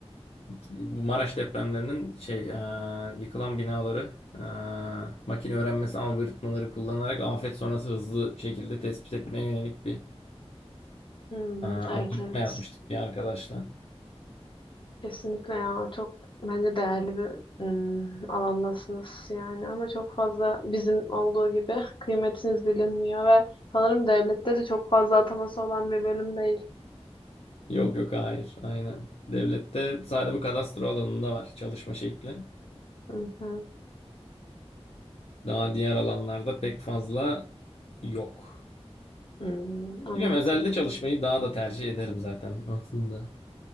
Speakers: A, on the left; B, on the left.
A: bu Maraş depremlerinin şey aa, yıkılan binaları aa, makine öğrenmesi algoritmaları kullanarak afet sonrası hızlı şekilde tespit etmeye yönelik bir
B: hmm,
A: Aa,
B: evet
A: algoritma
B: evet.
A: yazmıştık bir arkadaşla.
B: Kesinlikle ya çok bence değerli bir hmm, alandasınız yani ama çok fazla bizim olduğu gibi <laughs> kıymetiniz bilinmiyor ve sanırım devlette de çok fazla ataması olan bir bölüm değil.
A: Yok yok hayır aynen. Devlette sadece bu kadastro alanında var çalışma şekli.
B: Hı hı.
A: Daha diğer alanlarda pek fazla yok.
B: Hmm, anladım.
A: Bilmiyorum özelde çalışmayı daha da tercih ederim zaten aslında.